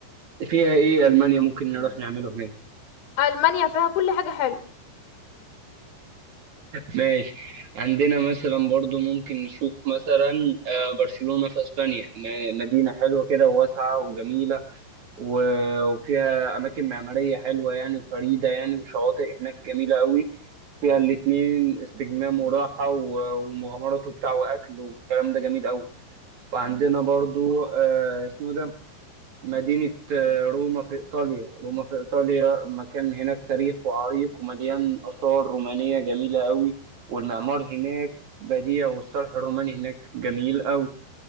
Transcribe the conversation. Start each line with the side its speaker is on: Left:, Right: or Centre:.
Right: فيها إيه ألمانيا ممكن نروح نعمله هناك
Left: ألمانيا فيها كل حاجة حلوة
Right: ماشي عندنا مثلا برضو ممكن نشوف مثلا آه، برشلونة في اسبانيا م- مدينة حلوة كده وواسعة وجميلة و- وفيها اماكن معمارية حلوة يعني وفريدة يعني وشواطئ هناك جميلة قوي فيها الاتنين استجمام وراحة و- ومغامرات وبتاع واكل والكلام ده جميل قوي وعندنا برضو آه، اسمه ده مدينة آه، روما في إيطاليا روما في إيطاليا مكان هناك تاريخ وعريق ومليان آثار رومانية جميلة قوي والمعمار هناك بديع والصرح الروماني هناك جميل قوي